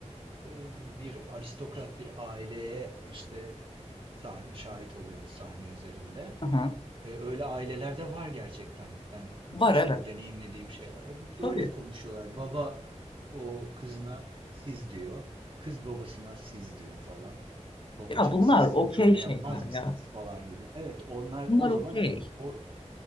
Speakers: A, on the right; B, on the left.
A: E, bir aristokrat bir aileye işte sahne şahit oluyoruz sahne üzerinde.
B: Aha.
A: E, öyle aileler de var gerçekten. Ben
B: Var
A: işte
B: evet.
A: deneyimlediğim şeyler.
B: Tabii.
A: Öyle konuşuyorlar. Baba o kızına siz diyor. Kız babasına siz diyor falan. Babacım
B: Ya bunlar
A: siz
B: okey
A: şöyle
B: şeyler
A: yapmaz mısınız
B: ya.
A: falan gibi. Evet onlar
B: Bunlar
A: o zaman
B: okey.
A: o